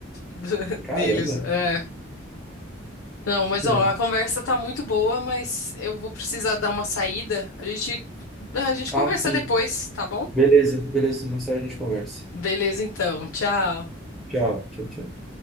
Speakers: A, on the left; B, in the centre.
A: do- <laughs> deles.
B: Caramba!
A: É. Não, mas
B: que
A: ó,
B: legal.
A: a conversa tá muito boa, mas eu vou precisar dar uma saída. A gente, a gente
B: Ah,
A: conversa
B: sim.
A: depois, tá bom?
B: Beleza, beleza. Mais tarde a gente conversa.
A: Beleza, então. Tchau.
B: Tchau, tchau, tchau.